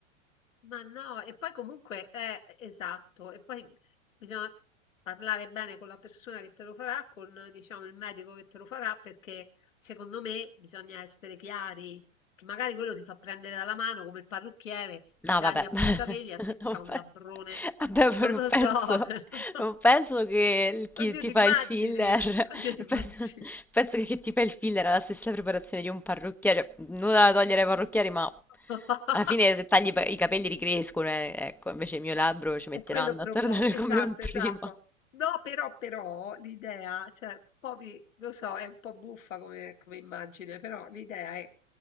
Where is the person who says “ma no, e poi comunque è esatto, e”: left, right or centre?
Left